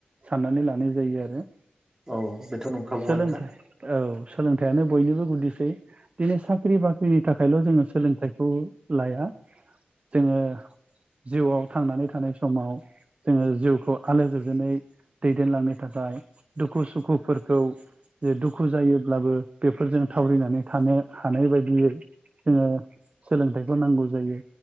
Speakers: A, on the right; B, on the right.
A: साननानै लानाय जायो आरो दा
B: औ बेथ' नंखागौआनोखा
A: सोलोंथाइ औ सोलोंथायानो बयनिबो गुदिसै दिनै सा ख्रि बाख्रिनि थाखायल जोङो सोलोंथाइखौ लाया जोङो जिउआव थांनानै थानाय समाव जोङो जिउखौ आलो गोजोनै दैदेनलांनो थाखाय दुखु सुखुफोरखौ जे दुखु जायोब्लाबो बेफोरजों थावरिनानै थानो हानाय बायदियै जोङो सोलोंथाइखौ नांगौ जायो